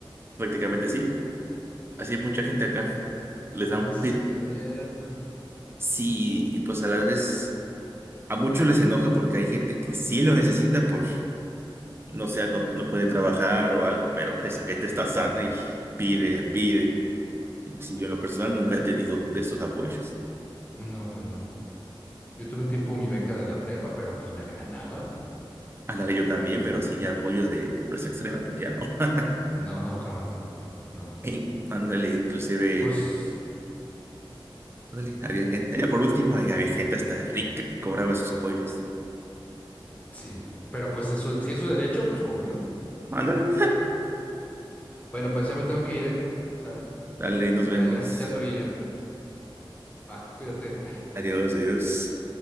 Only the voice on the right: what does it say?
Prácticamente sí, así hay mucha gente acá, les
dan
pir.
Sí, y pues a la vez, a muchos les enoja porque hay gente que sí lo necesita por, no sé, no, no puede trabajar o algo, pero esa gente está sana y pide, pide. Sí, yo en lo personal nunca he tenido de estos apoyos.
Ándale, yo también, pero así ya apoyos de pobreza extrema, pues ya no. <laughs>
Ey, Ándale, inclusive,
ándale, había gente, ya por último, ahí había gente hasta rica que cobraba esos apoyos.
Ándale.
Dale, ahí nos vemos.
Adiós, adiós.